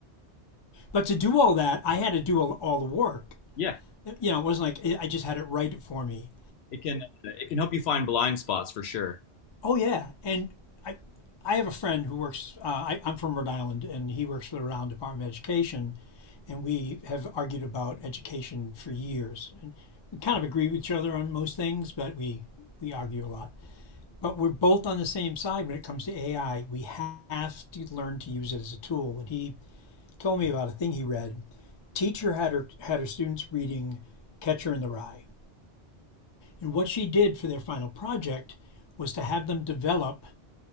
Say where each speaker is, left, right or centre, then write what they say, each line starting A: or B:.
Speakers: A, on the left; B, on the left.
A: But to do all that, I had to do all, all the work.
B: yeah.
A: You know, it wasn't like I just had it write it for me.
B: It can it can help you find blind spots for sure.
A: Oh yeah, and I I have a friend who works. Uh, I, I'm from Rhode Island, and he works for the Rhode Island Department of Education, and we have argued about education for years. And we kind of agree with each other on most things, but we we argue a lot. but we're both on the same side when it comes to AI. We have to learn to use it as a tool. And he told me about a thing he read. Teacher had her had her students reading Catcher in the Rye, and what she did for their final project was to have them develop